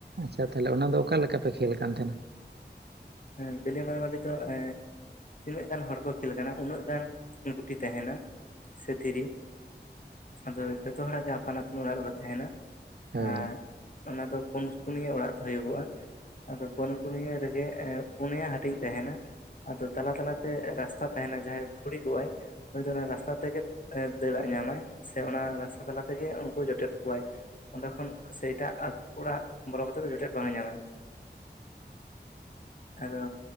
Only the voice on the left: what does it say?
ᱮᱸ ᱵᱮᱞᱮ ᱢᱟᱨᱟ ᱢᱟᱨᱤ ᱫᱚ <inaudible> ᱛᱤᱱᱟᱹᱜ ᱜᱟᱱ ᱦᱚᱲ ᱠᱚ ᱠᱷᱮᱞ ᱠᱟᱱᱟ ᱩᱱᱟᱹᱜ ᱜᱟᱱ ᱜᱩᱴᱤ ᱛᱟᱦᱤᱱᱟ ᱥᱮ ᱫᱷᱤᱨᱤ᱾ ᱟᱫᱚ ᱡᱚᱛᱚ ᱦᱚᱲᱟᱜ ᱜᱮ ᱟᱯᱟᱱ ᱟᱹᱯᱤᱱ ᱚᱲᱟᱜ ᱨᱮᱠᱚ ᱛᱟᱦᱮᱱᱟ,
ᱟᱨ ᱚᱱᱟ ᱫᱚ ᱯᱳᱱ ᱠᱩᱱᱤᱭᱟᱹ ᱚᱲᱟᱜ ᱦᱳᱭᱳᱜᱚᱜ-ᱟ ᱟᱫᱚ ᱯᱳᱱ ᱠᱩᱱᱤᱭᱟᱹ ᱨᱮᱜᱮ ᱯᱳᱱᱭᱟ ᱦᱟᱹᱴᱤᱧ ᱛᱟᱦᱮᱱᱟ ᱟᱫᱚ ᱛᱟᱞᱟ ᱛᱟᱞᱟᱛᱮ ᱨᱟᱥᱛᱟ ᱛᱟᱦᱮᱱᱟ ᱡᱟᱦᱟᱸᱭ ᱯᱷᱩᱲᱤ ᱠᱚᱜᱟᱭ ᱱᱩᱭ ᱫᱚ ᱚᱱᱟ ᱨᱟᱥᱛᱟ ᱛᱮᱜᱮ ᱫᱟᱹᱲᱟᱜ ᱧᱟᱢᱟᱭ ᱥᱮ ᱚᱱᱟ ᱨᱟᱥᱛᱟ ᱛᱟᱞᱟ ᱛᱮᱜᱮ ᱩᱱᱠᱩ ᱡᱚᱴᱮᱫ ᱠᱚᱣᱟᱭ᱾ ᱚᱸᱰᱮ ᱠᱷᱚᱱ ᱥᱮ ᱮᱴᱟᱜ ᱚᱲᱟᱜ ᱵᱚᱞᱚ ᱠᱟᱛᱮ ᱫᱚ ᱡᱚᱴᱮᱫ ᱵᱟᱝᱮᱢ ᱧᱟᱢᱟ᱾ ᱟᱫᱚ